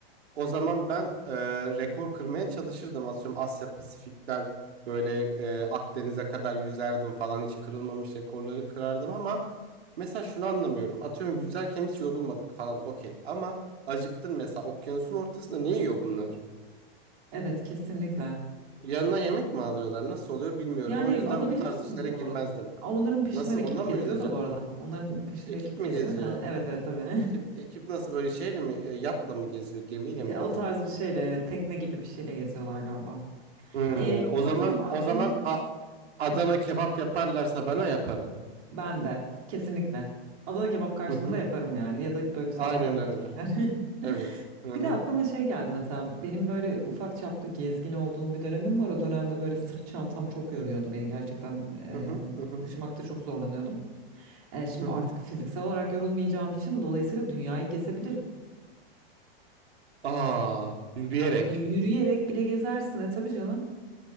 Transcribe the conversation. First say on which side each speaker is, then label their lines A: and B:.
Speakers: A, on the right (about 80°); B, on the right (about 35°).
A: o zaman ben e, rekor kırmaya çalışırdım. Atıyorum Asya Pasifik'ten böyle e, Akdeniz'e kadar yüzerdim falan hiç kırılmamış rekorları kırardım ama mesela şunu anlamıyorum. Atıyorum yüzerken hiç yorulmadık falan okey ama acıktın mesela okyanusun ortasında ne yiyor bunlar?
B: evet kesinlikle.
A: Yanına yemek mi alıyorlar? Nasıl oluyor bilmiyorum.
B: Yani
A: O yüzden
B: alabilirsin
A: bu tarz işlere
B: bu
A: girmezdim.
B: arada. Aa, Onların peşinden
A: Nasıl
B: ekip
A: ondan
B: geziyor
A: mı yüzeceğim?
B: da bu arada. Onların peşinde
A: Ekip
B: ekip
A: mi
B: geziyor
A: geziyor?
B: da. Evet evet tabii.
A: Ekip ekip nasıl böyle şeyle mi e, yatla mı geziyor? Gemiyle
B: <laughs> Ya,
A: mi geziyor?
B: O tarz bir şeyle evet tekne gibi bir şeyle geziyorlar galiba.
A: Hı,
B: Ee,
A: o
B: bu
A: zaman
B: arada benim aklımı
A: o zaman A- Adana
B: Hı.
A: kebap yaparlarsa bana yaparım.
B: Ben de. Kesinlikle. Adana kebap karşılığında
A: Hı hı.
B: yaparım yani. Ya da böyle güzel
A: Aynen
B: para verecekler.
A: öyle.
B: <laughs>
A: Evet. Hı hı.
B: Bir de aklıma şey geldi mesela. Benim böyle ufak çaplı gezgin olduğum bir dönemim var. O dönemde böyle sırt çantam çok yoruyordu beni. Gerçekten eee
A: Hı hı. Hı hı.
B: taşımakta çok zorlanıyordum. Eee, şimdi
A: Hı hı.
B: artık fiziksel olarak yorulmayacağım için dolayısıyla dünyayı gezebilirim.
A: Aa, yürüyerek.
B: Evet yürüyerek bile gezersin. E tabii canım.